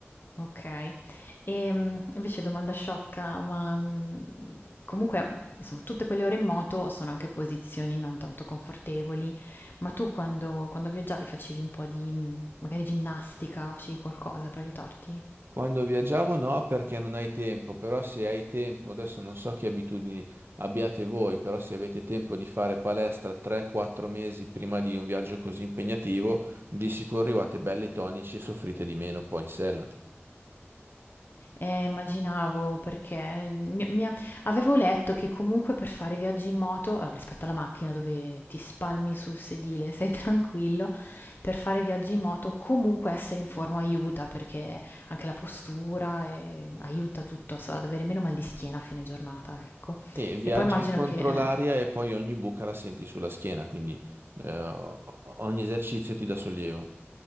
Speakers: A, on the left; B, on the right.
A: ok. E mm, invece domanda sciocca, ma mm, comunque, insomma, tutte quelle ore in moto sono anche posizioni non tanto confortevoli, ma tu quando, quando viaggiavi facevi un po' di, mm, magari ginnastica, facevi qualcosa per aiutarti?
B: Quando viaggiavo no perché non hai tempo, però se hai tempo, adesso non so che abitudini abbiate voi, però se avete tempo di fare palestra 3-4 mesi prima di un viaggio così impegnativo, di sicuro arrivate belli tonici e soffrite di meno poi in sella.
A: Eh, immaginavo perché mm, mi- mi ha- avevo letto che comunque per fare viaggi in moto, allora, rispetto alla macchina dove ti spalmi sul sedile, sei <laughs> tranquillo, per fare viaggi in moto comunque essere in forma aiuta perché anche la postura eh, aiuta tutto so, ad avere meno mal di schiena a fine giornata, ecco.
B: E viaggi
A: E poi immagino
B: contro
A: che... eh,
B: l'aria e poi ogni buca la senti sulla schiena, quindi eh, o- ogni esercizio ti dà sollievo.